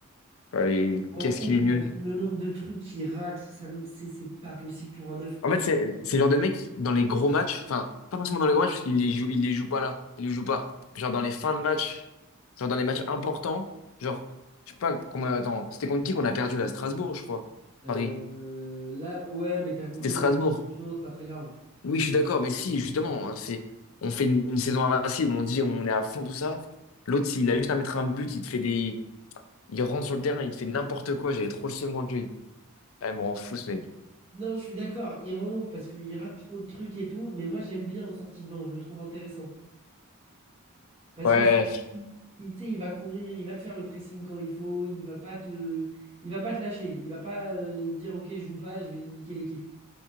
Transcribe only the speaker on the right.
Il
me rend ouf,
parce que le nombre de trucs qu'il rate, ça, me- c'est c'est pas possible pour un neuf.
Euh,
là, ouais, mais t'as compris,
on
est champion, c'est pas très grave.
Non, je suis d'accord, il rend ouf parce qu'il rate trop de trucs et tout, mais moi, j'aime bien en sortie de banc, je le trouve intéressant. Parce
que c'est un mec qui- il, tu sais, il va courir, il va te faire le pressing quand il faut, il va pas te, il va pas te lâcher, il va pas euh, dire, ok, je joue pas, je vais niquer l'équipe.